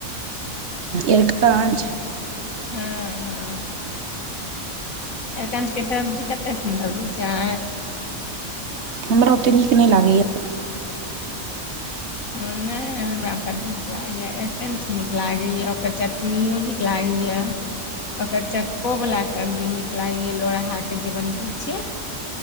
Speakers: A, on the right; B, on the left.
A: एरकंच।
B: हँ, हँ। एकंच के सब्जी कते सुंन्दर होय छै।
A: हमरा ओते नीक नहि लागैया।
B: हँ नइ हमरा बड्ड नीक लागया एरिकंच नीक लागैया ओकर चटनीयो नीक। <unintelligible> ओकर चक्को वला सब्जी नीक लागैया लोढ़ाकेँ जे बनबै छियै।